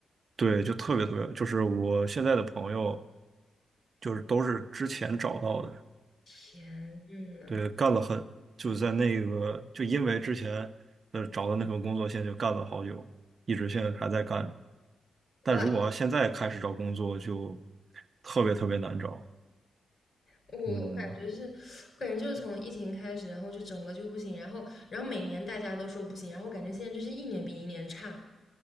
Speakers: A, on the right; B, on the left.
A: 对，就特别特别，就是我现在的朋友就是都是之前找到的，
B: 天呐，
A: 对，干了很，就在那个，就因为之前的找的那份工作，现在就干了好久，一直现在还在干。但如果要现在开始找工作，
B: 哇！
A: 就特别特别难找。
B: 我我感觉是，
A: 嗯，
B: 我感觉就是从疫情开始，然后就整个就不行，然后然后每年大家都说不行，然后感觉现在就是一年比一年差，